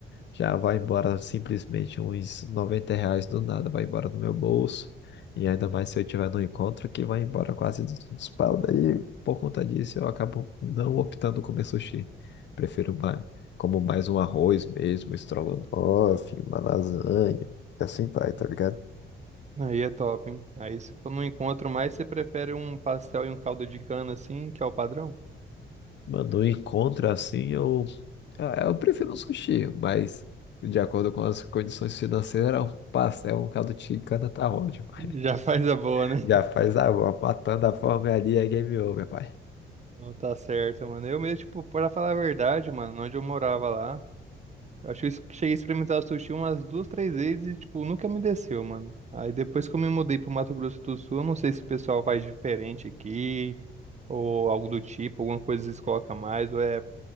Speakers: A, on the left; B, on the right.
A: já vai embora simplesmente uns 90 reais do nada, vai embora do meu bolso. E ainda mais se eu tiver no encontro, que vai embora quase 200 pau. Daí, por conta disso, eu acabo não optando comer sushi. Prefiro mais, como mais um arroz mesmo, estrogonofe, uma lasanha. E assim vai, tá ligado?
B: Aí é top, hein? Aí se for num encontro mais, você prefere um pastel e um caldo de cana assim, que é o padrão?
A: Mano, um encontro assim, eu, ah, eu prefiro um sushi, mas de acordo com as condições financeiras, um pastel, um caldo de cana tá ótimo. <laughs>
B: Já <laughs> faz a boa, né?
A: Já faz a avó, matando a fome ali, é game over, pai.
B: Não tá certo, mano. Eu mesmo, tipo, pra falar a verdade, mano, onde eu morava lá, eu acho que eu es- cheguei a experimentar sushi umas duas, três vezes e, tipo, nunca me desceu, mano. Aí depois que eu me mudei pro Mato Grosso do Sul, eu não sei se o pessoal faz diferente aqui, ou algo do tipo, alguma coisa eles colocam mais, ou é